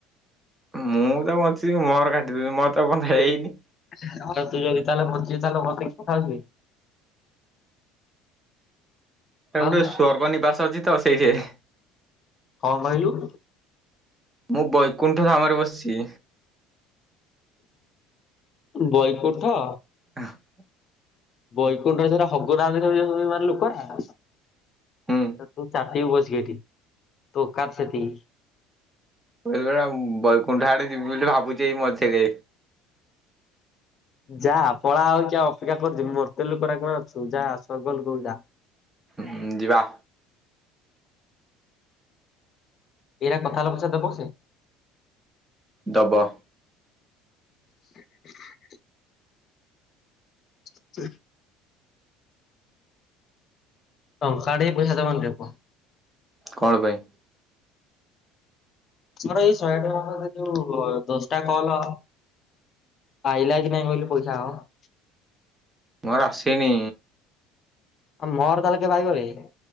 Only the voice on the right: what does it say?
ମୁଁ ତ ବଞ୍ଚିବି ମୋର କାଟିଦେଵ୍ ମୋର ତ ଏପନ୍ତ ହେଇନି।
ଏ
ଗୋଟେ ସ୍ଵର୍ଗ ନିବାସ ଅଛି ତ ସେଇଠି <inaudible>
ମୁଁ ବୈକୁଣ୍ଠ ଧାମରେ ବସିଚି।
<inaudible>
ହୁଁ।
<unintelligible> ବୈକୁଣ୍ଠ ଆଡେ ଯିବି ବୋଲି ଭାବୁଛି ଏଇ ମଝିରେ।
ହିଁ ଯିବା।
ଦବ।
କଣ ପାଇଁ?
ମୋର ଆସନି?